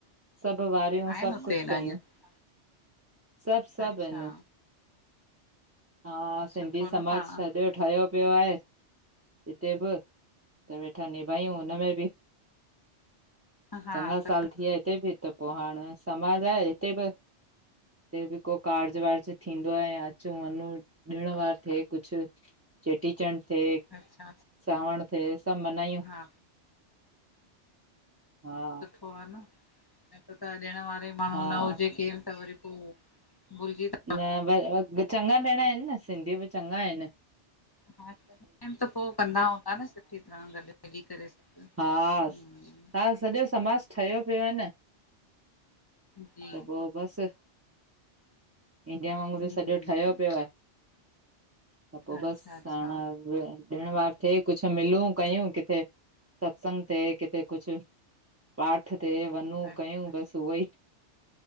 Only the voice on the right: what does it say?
सभु वारियूं,
सभु
कुछु
कयूं,
सभु सभु
इन। हा सिंधी
समाज
सॼो ठहियो पियो आहे हिते बि त वेठा निभायूं हुनमें बि,
चङा
साल थी विया हिते बि त पोइ हाणे समाज आहे हिते बि हिते बि को कार्जु वार्ज थींदो आ यां, अचूं वञूं ॾिण वार थिए कुछु चेटीचंड थे
सावण थे त मनायूं,
हा।
हा
न न चङा ॼणा इन न, सिंधी बि चङा इन।
हास्,
हा सॼो समाज ठहियो पियो आ न।
त पोइ बसि इंडिया वांगुर
सॼो ठहियो पियो आ। त पोइ
बसि,
साणा, ॾिण वार थिए कुछु मिलूं कयूं किथे सत्संग ते किथे कुछु पाठ ते वञू
कयूं बसि उहो ई